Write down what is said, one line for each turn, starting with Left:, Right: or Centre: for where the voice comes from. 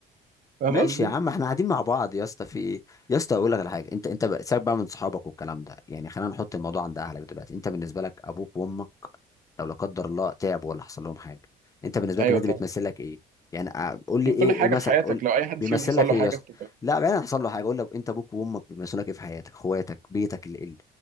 Right: <laughs> فاهم
Left: ماشي
Right: قصدي
Left: يا عم احنا قاعدين مع بعض يا اسطى في ايه يا اسطى اقول لك على حاجه انت انت بقى- سيبك بقى من صحابك والكلام ده يعني خلينا نحط الموضوع عند اهلك دلوقتي انت بالنسبه لك ابوك وامك لو لا قدر الله تعبوا ولا حصل لهم حاجه انت بالنسبه
Right: ايوه
Left: لك الناس دي
Right: طبعا
Left: بتمثل لك ايه يعني اه، قول
Right: دي
Left: لي ايه
Right: كل حاجه
Left: ايه مثلا
Right: في حياتك
Left: قول
Right: لو اي حد
Left: بيمثل
Right: فيهم حصل
Left: لك
Right: له
Left: ايه
Right: حاجه
Left: يا اسطى
Right: في
Left: لا بعدين حصل له حاجه قول لي انت ابوك وامك بيمثلوا لك ايه في حياتك اخواتك بيتك اللي اللي-